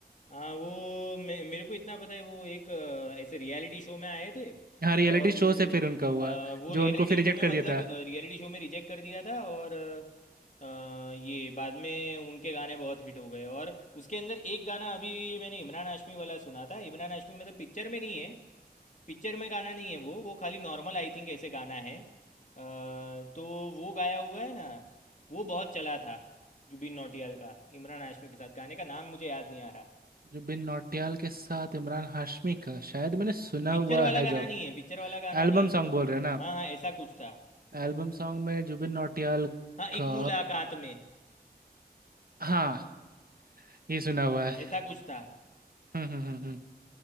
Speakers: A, on the left (about 45°); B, on the right (about 60°).
A: हाँ वो मे, मेरे को इतना पता है वो एक अ, ऐसे रियलिटी शो में आए थे
B: हाँ रियलिटी
A: और
B: शो
A: वो
B: से फिर उनका हुआ
A: अ, वो
B: जो
A: रियलिटी
B: उनको फिर रिजेक्ट
A: शो में
B: कर दिया
A: मतलब
B: था
A: रियलिटी शो में रिजेक्ट कर दिया था और अ, ये बाद में उनके गाने बहुत हिट हो गए और उसके अंदर एक गाना अभी मैंने इमरान हाशमी वाला सुना था इमरान हाशमी मतलब पिक्चर में नहीं है पिक्चर में गाना नहीं है वो वो खाली नॉर्मल आई थिंक ऐसे गाना है अ, तो वो गाया हुआ है ना वो बहुत चला था जुबिन नौटियाल का इमरान हाशमी के साथ गाने का नाम मुझे याद नहीं आ रहा
B: जुबिन नौटियाल के साथ इमरान हाशमी का शायद मैंने सुना
A: पिक्चर
B: हुआ
A: वाला
B: है
A: गाना
B: जब
A: नहीं है पिक्चर वाला गाना
B: एल्बम
A: नहीं है
B: सॉन्ग बोल रहे हैं ना आप
A: हाँ हाँ ऐसा कुछ था
B: एल्बम सॉन्ग में जुबिन नौटियाल
A: हाँ एक
B: का
A: मुलाकात में
B: हाँ ये सुना हुआ है
A: ऐसा कुछ था
B: हम्म हम्म हम्म हम्म।